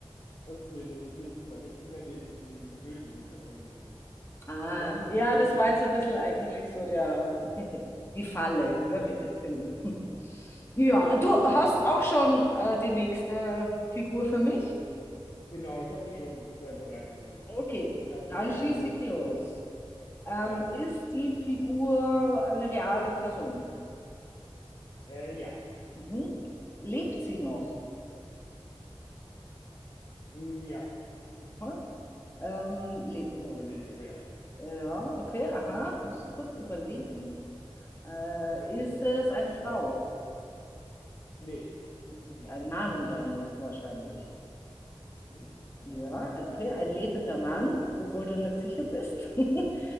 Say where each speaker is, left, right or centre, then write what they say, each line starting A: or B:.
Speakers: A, on the left (about 50°); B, on the left (about 25°).
A: okay, nee, nee, super. Nee, ich bin in den, in den Filmen irgendwie noch hängen geblieben.
B: Ah,
A: Ja, gut.
B: ja,
A: Ähm,
B: das war jetzt ein bisschen eigentlich so der, <laughs> die Falle, gell,
A: ja,
B: mit dem Film. <laughs> Ja,
A: ja, das
B: du
A: stimmt,
B: hast
A: das stimmt.
B: auch schon äh, die nächste Figur für mich?
A: Genau, ich habe dich schon per- bereit für dich.
B: Okay,
A: Kannst
B: dann
A: direkt
B: schieße
A: noch loslegen.
B: ich los. Ähm,
A: Ja.
B: ist die Figur eine reale Person?
A: Äh, ja.
B: Mhm. Lebt sie noch?
A: Ja.
B: Aha.
A: Musst,
B: Ähm,
A: du- musst
B: lebt
A: du nur kurz
B: noch.
A: überlegen, aber ja.
B: Ja, okay, aha, musst du kurz überlegen.
A: Okay.
B: Äh,
A: Ja, ja.
B: ist es eine Frau?
A: Nee. Ist
B: Ist
A: ein Mann.
B: ein Mann dann wahrscheinlich.
A: Mhm. Genau.
B: Ja, ein- okay, ein lebender Mann, obwohl du nicht sicher bist. <laughs>